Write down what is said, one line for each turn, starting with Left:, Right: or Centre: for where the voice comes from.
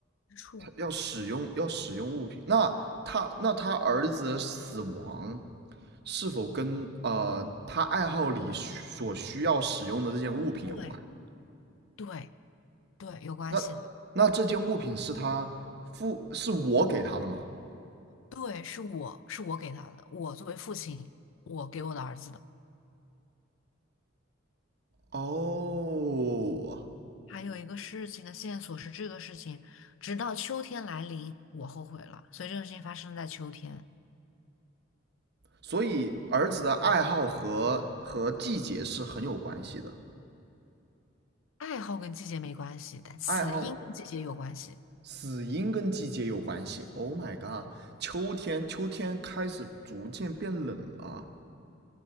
Left: 之处，
Right: 他要使用要使用物品，那他那他儿子的死亡是否跟呃他爱好里所需要使用的这件物品有关？
Left: 对，对，对，有关系的，
Right: 那那这件物品是他父是我给他的吗？
Left: 对，是我是我给他的，我作为父亲，我给我的儿子的。
Right: 哦，
Left: 还有一个事情的线索是这个事情，直到秋天来临，我后悔了。所以这个事情发生在秋天。
Right: 所以儿子的爱好和和季节是很有关系的。
Left: 爱好跟季节没关系，但死因跟季节有关系。
Right: 爱好死因跟季节有关系。Oh my god，秋天，秋天开始逐渐变冷了。